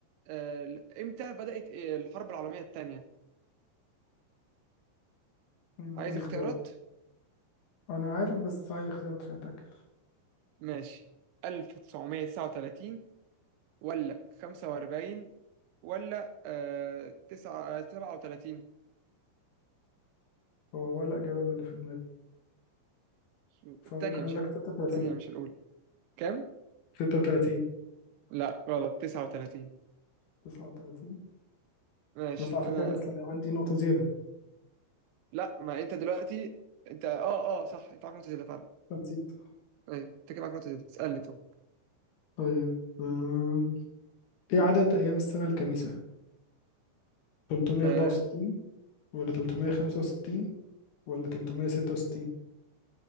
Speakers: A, on the right; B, on the left.
A: أه ال- امتى بدأت إيه الحرب العالمية التانية
B: مم.
A: عايز
B: قول لي
A: اختيارات
B: اختيار أنا عارف بس عايز اختيارات عشان أتأكد
A: ماشي 1939 ولا 45 ولا أه 9 37
B: هو ولا إجابة من اللي في دماغي
A: شو-
B: فممكن
A: التانية
B: أقول
A: مش الت-
B: لك 36
A: التانية مش الأولى كام؟
B: 36
A: لا غلط 39
B: 39
A: ماشي
B: بس على
A: أنا
B: فكرة أنا لسه ده عندي نقطة زيادة
A: لا ما أنت دلوقتي أنت أه أه صح أنت عارف نقطة زيادة
B: نسيت
A: أيوة، انت كده معاك نقطة تسألني طب
B: طيب آم، إيه عدد أيام السنة الكبيسة؟ 364
A: آه
B: ولا 365 ولا 366